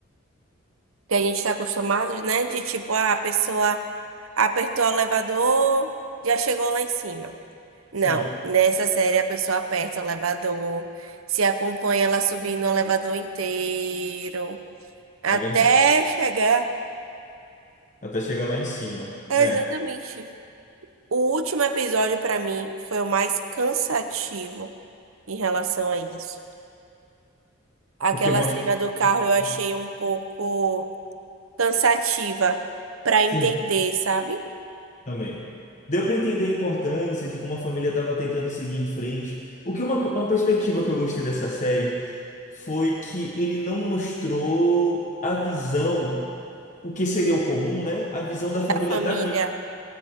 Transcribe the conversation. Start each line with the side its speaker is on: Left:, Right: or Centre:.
Right: Que a gente está acostumado, né? De tipo, ah, a pessoa apertou o elevador, já chegou lá em cima.
Left: sim,
Right: Não, nessa série a pessoa aperta o elevador, se acompanha ela subindo o elevador inteiro, até
Left: é verdade.
Right: chegar.
Left: Até chegar lá em cima.
Right: É,
Left: É.
Right: Exatamente. O último episódio pra mim foi o mais cansativo em relação a isso. Aquela
Left: porque mostra
Right: cena do carro
Left: sobre o cotidiano.
Right: eu achei um pouco cansativa pra
Left: Sim,
Right: entender, sabe?
Left: também. Deu para entender a importância de como a família estava tentando seguir em frente. O que uma, uma perspectiva que eu gostei dessa série foi que ele não mostrou a visão, o que seria o comum, né? A visão da família
Right: Da família,
Left: da vítima.